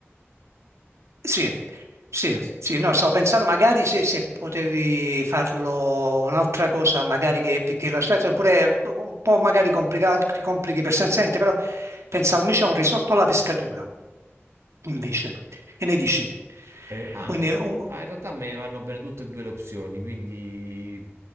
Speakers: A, on the right; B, on the right.
A: Sì, sì, sì, no, stavo pensando magari se, se potevi farlo un'altra cosa, magari che, perché l'aspetto oppure un po' un po' magari complicato, ti complichi per sensente, però pensavo invece a un risotto alla pescatura, invece, che ne dici?
B: Eh, anche,
A: Quindi,
B: va-
A: un-
B: ah, in realtà me vanno bene tutte e due le opzioni, quindi